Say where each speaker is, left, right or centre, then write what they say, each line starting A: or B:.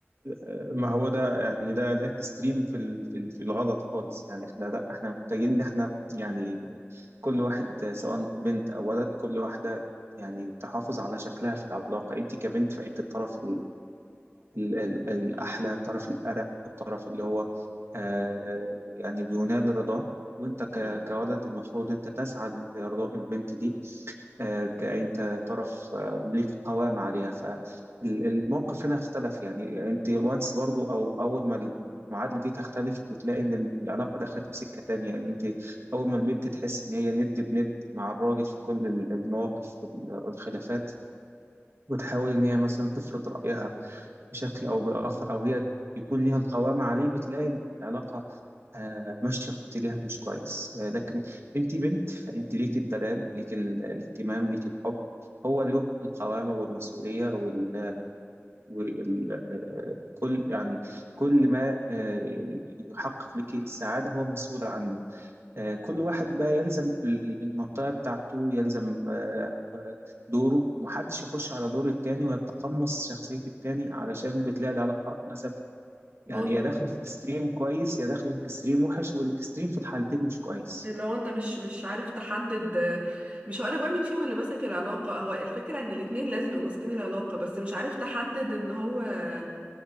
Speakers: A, on the right; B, on the right.
A: آه، ما هو ده يعني ده ده اكستريم في ال- في ال- في الغلط خالص يعني احنا لا احنا محتاجين ان احنا يعني كل واحد آه، سواء بنت او ولد كل واحده يعني تحافظ على شكلها في العلاقه انت كبنت فانت الطرف ال- ال- الأحلى طرف الأرق الطرف اللي هو آه يعني بينال رضاه وأنت ك-
B: مم.
A: كولد المفروض أنت تسعى لرضاء البنت دي آه كأنت طرف آه ليك قوام عليها فالموقف هنا اختلف يعني أنت وانس برضو أو أول ما المعادلة دي تختلف بتلاقي إن العلاقة دخلت في سكة تانية إن أنت أول ما البنت تحس إن هي ند بند مع الراجل في كل ال- المواقف وال- والخلافات وتحاول إن هي مثلا تفرض رأيها بشكل أو بآخر أو هي يكون ليها القوام عليه بتلاقي العلاقة آه، ماشية في اتجاه مش كويس آه، لكن أنت بنت فأنت ليك الدلال ليك ال- الاهتمام ليك الحب هو له القوامة والمسؤولية وال... وال... آه، كل يعني كل ما آه، يحقق لك السعادة هو مسؤول عنه آه، كل واحد بقى يلزم ال- ال- المنطقة بتاعته يلزم آه، آه، دوره ومحدش يخش على دور التاني ويتقمص شخصية التاني علشان بتلاقي العلاقة للأسف
B: باظت
A: يعني يا داخلة في اكستريم كويس يا داخلة في اكستريم وحش والاكستريم في الحالتين مش كويس
B: لو انت مش مش عارف تحدد آه، مش هقولك بقى مين فيهم اللي ماسك العلاقة هو الفكرة ان الاتنين لازم يبقوا ماسكين العلاقة بس مش عارف تحدد ان هو آه،